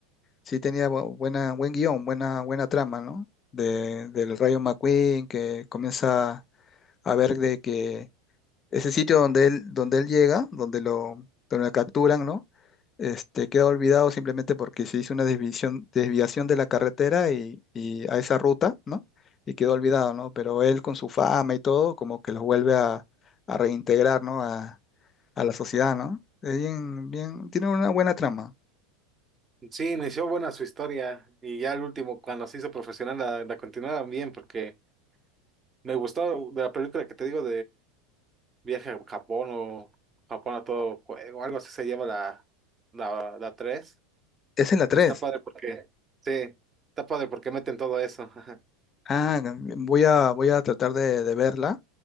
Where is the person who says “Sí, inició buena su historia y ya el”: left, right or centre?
Right